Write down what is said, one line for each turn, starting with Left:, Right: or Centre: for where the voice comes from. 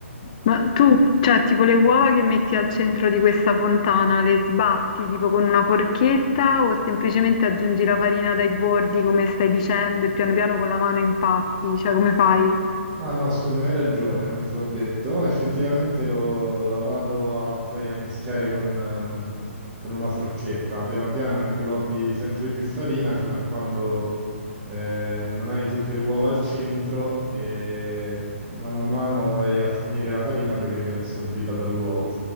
Left: ma tu, cioè, tipo le uova che metti al centro di questa fontana, le sbatti tipo con una forchetta o semplicemente aggiungi la farina dai bordi, come stai dicendo, e piano piano con la mano impasti, cioè come fai?
Right: Ah no, scusami, hai ragione, non te l'ho detto. Effettivamente lo, la vado a, poi a mischiare con, ehm, con una forchetta. Piano piano inglobi sempre più farina fino a quando eh, non hai tutte le uova al centro e mano a mano vai a finire la farina poiché viene assorbita dall'uovo.